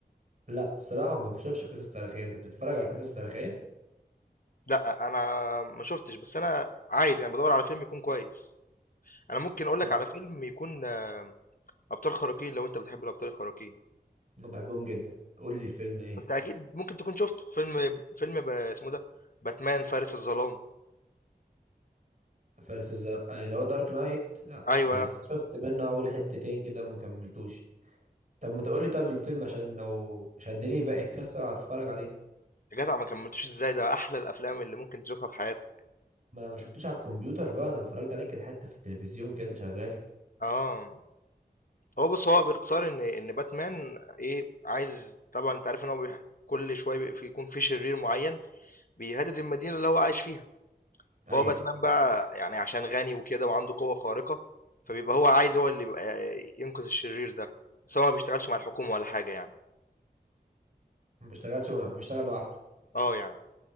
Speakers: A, on the right; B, on the left.
A: لا الصراحه ما بشوفش قصص تاريخيه انت بتتفرج على قصص تاريخيه
B: لأ، أنا ما شُفتش، بس أنا عايز يعني بادوّر على فيلم يكون كويس. أنا ممكن أقول
A: لا
B: لك على فيلم يكون آه، أبطال خارقين لو أنت بتحب الأبطال الخارقين،
A: ما بحبهم جدا قول لي الفيلم ايه
B: وأنت أكيد ممكن تكون شُفته، فيلم فيلم ب اسمه ده، باتمان فارس الظلام.
A: فارس الزرق يعني اللي هو دارك نايت لا
B: أيوه،
A: بس شفت منه اول حتتين كده ما كملتوش طب ما تقولي طب الفيلم عشان لو شدني باقي القصه هتفرج عليه
B: يا جدع ما كمّلتوش إزاي، ده أحلى الأفلام اللي ممكن تشوفها في حياتك.
A: ما انا ما شفتوش على الكمبيوتر بقى انا اتفرجت عليك حته في التلفزيون كده شغال
B: آه، هو بُص، هو باختصار إن إن باتمان إيه، عايز طبعًا أنت عارف إن هو بيح كل شوية بي في يكون في شرير معيّن بيهدد المدينة اللي هو عايش فيها. فهو
A: ايوه
B: باتمان بقى يعني عشان غني وكده وعنده قوة خارقة فبيبقى هو عايز هو اللي يبقى ينقذ الشرير ده بس هو ما بيشتغلش مع الحكومة ولا حاجة يعني
A: ما بيشتغلش ما بيشتغل لوحده
B: اه يعني